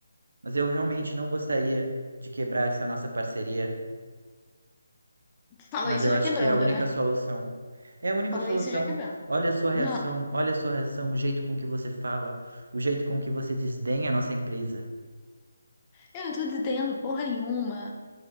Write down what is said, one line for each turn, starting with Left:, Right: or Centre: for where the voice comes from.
Right: Mas eu realmente não gostaria de quebrar essa nossa parceria,
Left: Falou
Right: mas
Left: isso
Right: eu
Left: já
Right: acho
Left: quebrando,
Right: que é a única
Left: né?
Right: solução. É a única
Left: Falou
Right: solução.
Left: isso já quebrando.
Right: Olha a sua reação,
Left: Não,
Right: olha a sua reação, o jeito com que você fala, o jeito com que você desdenha a nossa empresa.
Left: eu não tô dizendo porra nenhuma.